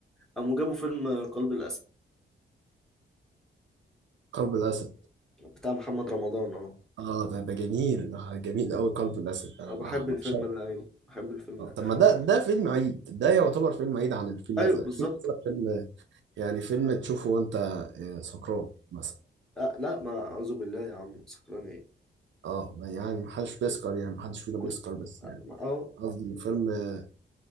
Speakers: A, in the centre; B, on the right.
A: قاموا جابوا فيلم قلب الاسد
B: قلب الاسد
A: بتاع محمد رمضان اه
B: اه ده ده جميل ده جميل قوي قلب الاسد انا
A: أه، بحب الفيلم
B: بعشقه
A: ده ايوه بحب الفيلم
B: آه،
A: ده
B: طب ما ده ده فيلم عيد ده يعتبر فيلم عيد عن الفيل الازرق
A: ايوه بالظبط
B: الفيل الازرق فيلم يعني فيلم تشوفه وانت آه، سكران مثلا
A: أه لا ما اعوذ بالله يا عم سكران ايه
B: اه يعني محدش بيسكر يعني محدش فينا
A: كنت
B: بيسكر بس يعني
A: اه
B: قصدي فيلم آه